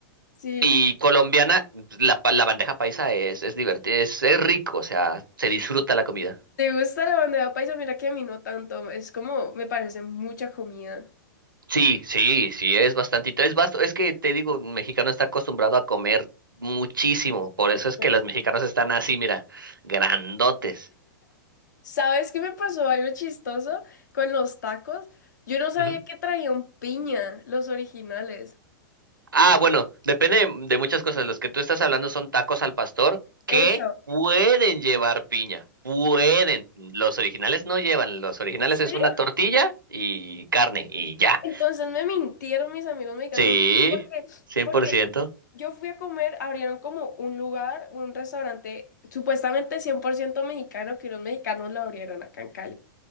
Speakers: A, on the left; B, on the right.
A: si
B: Y colombiana, la, pa- la bandeja paisa es, es divertida, es, es rico, o sea, se disfruta la comida.
A: te gusta la bandeja paisa, mira que a mí no tanto. Es como, me parece mucha comida.
B: Sí, sí, sí, es bastantito. Es vasto, es que te digo, un mexicano está acostumbrado a comer muchísimo, por eso es
A: Bueno,
B: que los mexicanos están así, mira, grandotes.
A: ¿Sabes qué me pasó algo chistoso con los tacos? Yo no sabía
B: Ujú.
A: que traían piña, los originales.
B: Ah, bueno, depende de, de muchas cosas. Los que tú estás hablando son tacos al pastor que
A: Eso.
B: pueden llevar piña, pueden. Los originales no llevan, los originales
A: ¿En serio?
B: es una tortilla y carne y ya.
A: Entonces me mintieron mis amigos mexicanos
B: Sí,
A: porque,
B: 100%.
A: porque Yo fui a comer, abrieron como un lugar, un restaurante supuestamente 100% mexicano, que unos mexicanos lo abrieron acá en Cali.